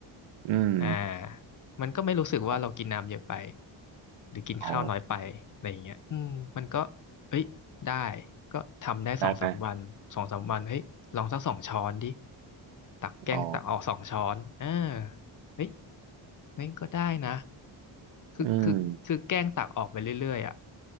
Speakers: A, on the right; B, on the left.
A: อืม
B: อ่ามันก็ไม่รู้สึกว่าเรากินน้ำเยอะไป
A: ครับ
B: หรือกินข้าวน้อยไปอะไรอย่างเงี้ยอืมมันก็
A: อ๋อ
B: เอ้ยได้ก็ทำได้สองสามวันสองสามวันเฮ้ยลองสักสองช้อนดิ
A: ได้ไหม
B: ตักแกล้งตักออกสองช้อนเออ
A: อ๋อ
B: เฮ้ย เฮ้ยก็ได้นะ คือคือคือแกล้งตักออกไปเรื่อยๆอ่ะ
A: อืม